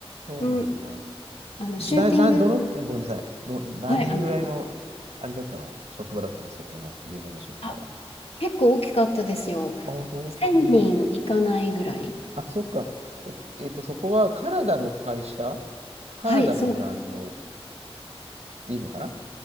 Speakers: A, on the right; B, on the left.
A: そうなんだ。
B: うん、あの、
A: な、
B: シューティング、
A: な、どの、ごめんなさい。ど、何人ぐらいの、
B: はい、あの、
A: あれだったの職場だったのそこの、自分の職場は。
B: あ、結構大きかったですよ。
A: あ、本当うん。
B: 1000人いかないぐらい。
A: あ、そっか。だって、えっと、そこはカナダの会社カナダのブランド
B: はい、そうで
A: でいいのかな